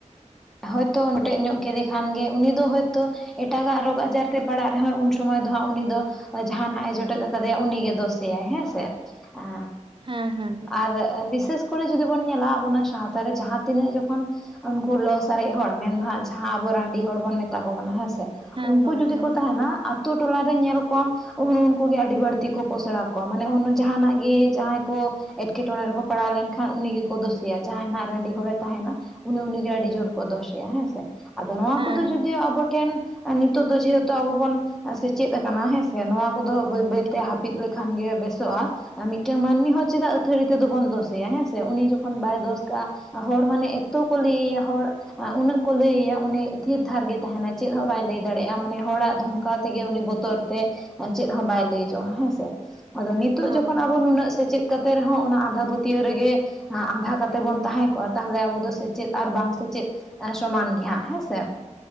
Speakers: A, in the centre; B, on the right (about 40°).
A: ᱦᱳᱭᱛᱳ ᱱᱚᱴᱮᱜ ᱧᱚᱜ ᱠᱮᱫᱮ ᱠᱷᱟᱱ ᱜᱮ, ᱩᱱᱤ ᱫᱚ ᱦᱳᱭᱛᱚ ᱮᱴᱟᱜᱟᱜ ᱨᱳᱜᱽ ᱟᱡᱟᱨ ᱛᱮ ᱯᱟᱲᱟᱜ ᱨᱮᱦᱚᱸᱭ, ᱩᱱ ᱥᱚᱢᱚᱭ ᱫᱚ ᱦᱟᱸᱜ, ᱩᱱᱤ ᱫᱚ ᱡᱟᱦᱟᱱ ᱦᱟᱸᱜᱼᱮ ᱡᱚᱴᱮᱫ ᱟᱠᱟᱫᱮᱭᱟ ᱩᱱᱤᱜᱮ ᱫᱳᱥᱮᱭᱟᱭ ᱦᱮᱸᱻᱥᱮ᱾ ᱟ
B: ᱦᱮᱸ ᱦᱮᱸ
A: ᱟᱨ ᱮ ᱵᱤᱥᱮᱥ ᱠᱚᱨᱮ ᱡᱩᱫᱤ ᱵᱚᱱ ᱧᱮᱞᱟ, ᱟᱵᱚ ᱱᱟ ᱥᱟᱶᱛᱟ ᱨᱮ ᱡᱟᱦᱟᱸ ᱛᱤᱱᱟᱹᱜ ᱡᱚᱠᱷᱚᱱ ᱩᱱᱠᱩ ᱞᱚᱥ 'ᱥᱟᱨᱮᱡ ᱦᱚᱲ' ᱢᱮᱱᱫᱚ ᱦᱟᱸᱜ, ᱡᱟᱦᱟᱸ ᱟᱵᱚ 'ᱨᱟᱸᱰᱤ ᱦᱚᱲ' ᱵᱚᱱ ᱢᱮᱛᱟ ᱠᱚ ᱠᱟᱱᱟ ᱦᱮᱸ ᱥᱮ᱾
B: ᱦᱮᱸ
A: ᱩᱝᱠᱩ
B: ᱦᱳᱭ
A: ᱡᱩᱫᱤ
B: ᱦᱳᱭ
A: ᱠᱚ ᱛᱟᱦᱮᱱᱟᱻ, ᱛᱩ ᱴᱚᱞᱟᱨᱮ ᱧᱮᱞ ᱠᱚᱣᱟᱢ ᱩᱱ-ᱩᱱᱠᱩᱜᱮ ᱟᱹᱰᱤ ᱵᱟᱹᱲᱛᱤ ᱠᱚ ᱯᱚᱥᱲᱟ ᱠᱚᱣᱟ, ᱢᱟᱱᱮ ᱩᱱ ᱡᱟᱦᱟᱱᱟᱜ ᱜᱮ, ᱡᱟᱦᱟᱸᱭ ᱠᱚ ᱮᱴᱠᱮᱴᱚᱬᱮ ᱨᱮᱠᱚ ᱯᱟᱲᱟᱣ ᱞᱮᱱᱠᱷᱟᱱ ᱩᱱᱤ ᱜᱮᱠᱚ ᱫᱳᱥᱮᱭᱟ᱾ ᱡᱟᱦᱟᱸᱭ ᱱᱟᱜ 'ᱨᱟᱺᱰᱤ ᱦᱚᱲᱮ' ᱛᱟᱦᱮᱱᱟ, ᱩᱱᱤ-ᱩᱱᱤᱜᱮ ᱟᱹᱰᱤ ᱡᱳᱨ ᱠᱚ ᱫᱚᱥᱮᱭᱟ ᱦᱮᱸᱻ ᱥᱮ᱾ ᱟᱫᱚ ᱱᱚᱣᱟ
B: ᱦᱮᱸ
A: ᱠᱚᱫᱚ ᱡᱩᱫᱤᱣ ᱟᱵᱚ ᱴᱷᱮᱱ ᱮ ᱱᱤᱛᱚᱜ ᱫᱚ, ᱡᱮᱹᱦᱮᱹᱛᱩ ᱟᱵᱚ ᱵᱚᱱ ᱮ ᱥᱮᱪᱮᱫ ᱟᱠᱟᱱᱟ ᱦᱮᱸᱥᱮ᱾ ᱱᱚᱣᱟ ᱠᱚᱫᱚ ᱵᱟᱹᱭ-ᱵᱟᱹᱭᱛᱮ ᱦᱟᱹᱯᱤᱫ ᱞᱮᱠᱷᱟᱱ ᱜᱮ ᱵᱮᱥᱚᱜᱼᱟ᱾ ᱟ ᱢᱤᱜᱴᱮᱝ ᱢᱟᱹᱱᱢᱤ ᱦᱚᱸ ᱪᱮᱫᱟᱜ ᱟᱹᱛᱷᱟᱹᱲᱤ ᱛᱮᱫᱚ ᱵᱚᱱ ᱫᱳᱥᱮᱭᱟ ᱦᱮᱸᱻᱥᱮ, ᱩᱱᱤ ᱡᱚᱠᱷᱚᱱ ᱵᱟᱭ ᱫᱳᱥ ᱠᱟᱜᱼᱟ᱾ ᱟ ᱦᱚᱲ ᱢᱟᱱᱮ, ᱮᱛᱚ ᱠᱚ ᱞᱟᱹᱭᱼᱭᱟ ᱦᱚᱲ ᱟ ᱩᱱᱟᱹᱜ ᱠᱚ ᱞᱟᱹᱭᱼᱭᱟ ᱩᱱᱤᱜ ᱛᱷᱤᱨ-ᱛᱷᱟᱨ ᱜᱮ ᱛᱟᱦᱮᱱᱟ, ᱪᱮᱫ ᱦᱚᱸ ᱵᱟᱭ ᱞᱟᱹᱭ ᱫᱟᱲᱮᱜᱼᱟ᱾ ᱢᱟᱱᱮ ᱦᱚᱲᱟᱜ ᱫᱷᱚᱢᱠᱟᱣ ᱛᱮᱜᱮ ᱩᱱᱤ ᱵᱚᱛ ᱛᱚᱨ ᱛᱮ ᱪᱮᱫ ᱦᱚᱸ ᱵᱟᱭ ᱞᱟᱹᱭ ᱡᱚᱝᱟ ᱦᱮᱸᱻᱥᱮ, ᱟᱫᱚ ᱱᱤᱛᱚᱜ
B: ᱦᱳᱭ
A: ᱡᱚᱠᱷᱚᱱ ᱟᱵᱚ ᱱᱩᱱᱟᱹᱜ ᱥᱮᱪᱮᱫ ᱠᱟᱛᱮ ᱨᱮᱦᱚᱸ ᱚᱱᱟ 'ᱟᱸᱫᱷᱟ ᱯᱟᱹᱛᱭᱟᱹᱣ' ᱨᱮᱜᱮ ᱟᱸ ᱟᱸᱫᱷᱟ ᱠᱟᱛᱮ ᱵᱚᱱ ᱛᱟᱦᱮᱸ ᱠᱚᱜᱼᱟ ᱛᱟᱦᱞᱮ ᱟᱵᱚ ᱫᱚ ᱥᱮᱪᱮᱫ ᱟᱨ ᱵᱟᱝ ᱥᱮᱪᱮᱫ ᱮᱸ ᱥᱚᱢᱟᱱ ᱜᱮ ᱦᱟᱸᱜ ᱦᱮᱸᱻᱥᱮ᱾